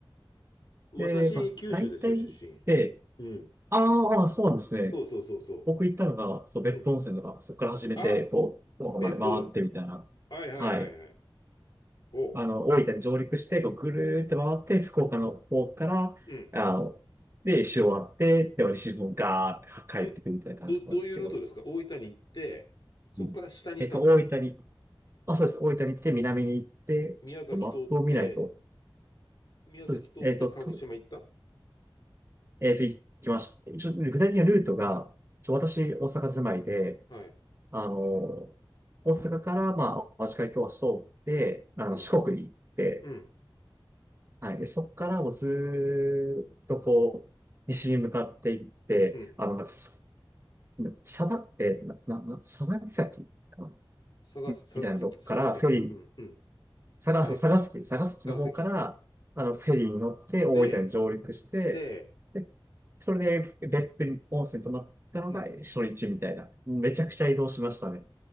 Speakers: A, on the left; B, on the right.
A: 私、
B: で、まあ、
A: 九州ですよ、
B: 大体、
A: 出身。
B: で、
A: うん。
B: あーあー、そうなんですね。
A: そうそうそうそ
B: 僕行ったのが、そう、別府温泉とか、
A: う。うん。
B: そこから始めて、
A: あ、
B: こう、福岡まで回ってみたいな。
A: 別府。はいはいはいはい。
B: はい。
A: おう、
B: あの、大分に上陸して、こう、ぐるーって回って、福岡の方から、
A: うん。
B: あの、で、石終わって、で、西日本ガーって帰ってくるみたいな感じだったんですけど、
A: うん。ど、どういうルートですか大分に行って、そこから下に行ったんですか
B: うん。えっと、大分に、あ、そうです。大分に行って、南に行って、
A: 宮崎通って、
B: ちょっとマップを見ないと、
A: 宮崎通って鹿児島行った
B: そうです。えっと、とえっと、行きました。一応、具体的なルートが、ちょ、私、大阪住まいで、
A: はい。
B: あの、大阪から、まあ、和紙会教室を通って、あの、
A: うん。
B: 四国に行って、
A: うん。
B: はい。で、そこからもうずーっとこう、西に向かっていって、
A: うん。
B: あの、なんかす佐賀って、な、な、な、佐賀岬かな
A: 佐賀、
B: みたいなとこからフェリー、
A: 佐賀関、佐賀関。うん。うん。
B: 佐賀、
A: はい。
B: そう、佐賀崎、佐賀崎の方から、
A: 佐賀関。
B: あの、フェリーに乗って大分に上陸して、
A: で、して、
B: で、それで別府に温泉泊まったのが初日みたいな。
A: うん。
B: めちゃくちゃ移動しましたね。